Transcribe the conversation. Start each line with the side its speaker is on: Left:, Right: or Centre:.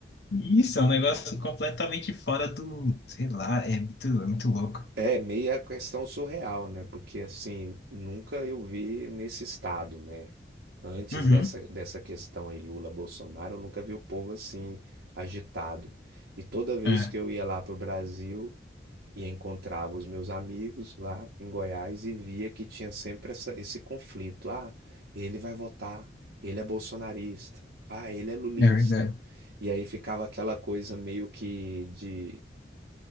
Left: Isso, é um negócio completamente fora do, sei lá, é muito, é muito louco.
Right: É meia questão surreal, né? Porque assim, nunca eu vi nesse estado, né? Antes
Left: Uhum,
Right: dessa, dessa questão aí Lula-Bolsonaro, eu nunca vi o povo assim agitado. E toda vez
Left: é,
Right: que eu ia lá pro Brasil e encontrava os meus amigos lá em Goiás e via que tinha sempre essa- esse conflito. Ah, ele vai votar, ele é bolsonarista, ah, ele é lulista.
Left: é verdade.
Right: E aí ficava aquela coisa meio que de